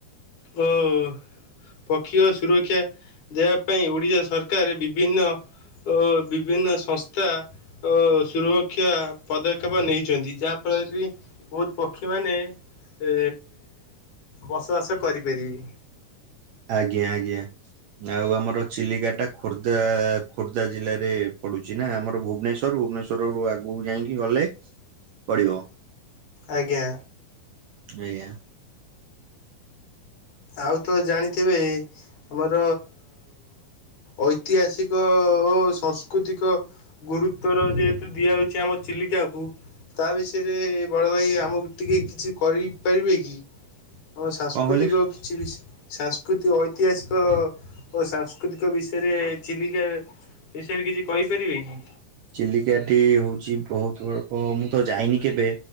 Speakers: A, on the left; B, on the right.
A: ହଁ। ପକ୍ଷୀ ଓ ସୁରକ୍ଷା ଦେବା ପାଇଁ ଓଡ଼ିଶା ସରକାର ବିଭିନ୍ନ- ଓ ବିଭିନ୍ନ ସଂସ୍ଥା ସୁରକ୍ଷା ପଦକ୍ଷେପ ନେଇଛନ୍ତି। ଯାହାଫଳରେ- ଫଳରେବି ବହୁତ ପକ୍ଷୀ ମାନେ ଏ ବସବାସ- କରିପାରିବି।
B: ଆଜ୍ଞା ଆଜ୍ଞା। ଆଉ ଆମର ଚିଲିକାଟା ଖୋର୍ଦ୍ଧା ଖୋର୍ଦ୍ଧା ଜିଲ୍ଲାରେ ପଡୁଛି। ନା ଆମର ଭୁବନେଶ୍ୱରରୁ ଭୁବନେଶ୍ୱରରୁୁ ଆଗକୁ ଯାଇକି ଗଲେ ପଡିବ।
A: ଆଜ୍ଞା।
B: ଆଜ୍ଞା।
A: ଆଉ ତ ଜାଣିଥିବେ ଆମର। ଐତିହାସିକ ଓ ସଂସ୍କୃତିକ ଗୁରୁତର ଯେହେତୁ ଦିଆହଉଛି ଆମ ଚିଲି- <unintelligible> ତା ବିଷୟରେ ବଡ ଭାଇ ଆମକୁ ଟିକେ କିଛି କହିପାରିବେ କି? ଆଉ ସାଂସ୍କୃତିକ।
B: କଣ କହିଲେ
A: କି ସାଂସ୍କୃତିକ ଐତିହାସିକ ଓ ସାଂସ୍କୃତିକ ବିଷୟରେ ଚିଲିକା ବିଷୟରେ କିଛି କହିପାରିବେ କି?
B: ଚିଲିକାଟି ହୋଉଚି ବୋହୁତ <unintelligible> ମୁଁ ତ ଯାଇନି କେବେ,